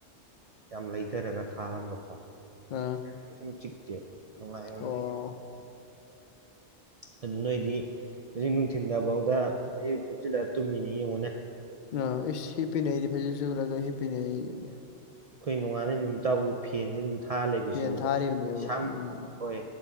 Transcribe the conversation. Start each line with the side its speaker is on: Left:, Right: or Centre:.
Right: ꯌꯥꯝ ꯂꯩꯗꯔꯒ ꯊꯥꯔꯝꯕꯀꯣ
Left: ꯑꯥ
Right: ꯀꯩꯁꯨꯝ ꯆꯤꯛꯇꯦꯕ ꯅꯨꯉꯥꯏꯔ
Left: ꯑꯣ
Right: ꯑꯗꯨ ꯅꯣꯏꯗꯤ ꯍꯧꯖꯤꯛ ꯅꯨꯡꯊꯤꯟꯗꯐꯥꯎ ꯗ ꯐꯩꯖꯨꯞ ꯁꯨꯞꯆꯤꯜꯂꯒ ꯇꯨꯝꯃꯤꯅꯤ ꯌꯦꯡꯉꯨꯅꯦ
Left: ꯑꯥ ꯏꯁ ꯍꯤꯞꯄꯤꯅꯤ ꯑꯩꯗꯤ ꯐꯩꯖꯨꯞ ꯁꯨꯞꯆꯤꯜꯂꯒ ꯍꯦꯞꯄꯤ ꯅꯦ ꯑꯩ
Right: ꯑꯩꯈꯣꯏ ꯅꯣꯡꯉꯥꯅꯩ ꯅꯨꯃꯤꯠ ꯇꯥꯕꯥꯎ ꯐꯦꯟꯖꯦ ꯑꯗꯨꯝ ꯊꯥ ꯂꯩꯕ
Left: ꯐꯦꯟ
Right: ꯁꯤꯕꯥꯎꯗ
Left: ꯊꯥꯔꯤꯕꯅꯦꯕ
Right: ꯁꯝ
Left: ꯎꯝ
Right: ꯑꯣꯏ